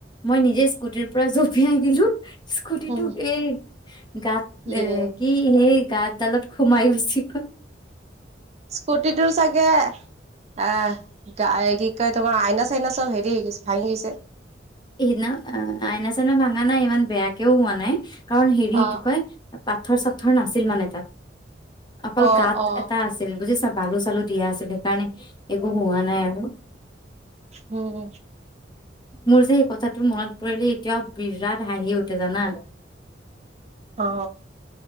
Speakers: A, on the left; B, on the right.
A: মই নিজে কোটিৰ পৰা জঁপিয়াই দিলো। স্কুটিটোক
B: উম
A: এই গাত
B: ইয়ে
A: এ কি সেই গাত ডালত সোমাই গৈছি গল।
B: স্কুটিটোৰ চাগে, আহ কি কয় তোমাৰ আইনা চাইনা চব হেৰি গৈছে ভাঙি গৈছে।
A: সেইদিনা আইনা চাইনা ভাঙা নাই, ইমান বেয়াকেও হোৱা নাই। কাৰণ হেৰি
B: অ
A: কি কয় পাথৰ চাথৰ নাছিল মানে তাত। অকল
B: অ
A: গাত
B: অ
A: এটা আছিল বুজিছ। বালু চালু দিয়া আছিল। সেইকাৰণে একো হোৱা নাই আৰু।
B: উম।
A: মোৰ যে এই কথাটো মনত পৰিলে এতিয়াও বিৰাট হাঁহি উঠে জানা।
B: অ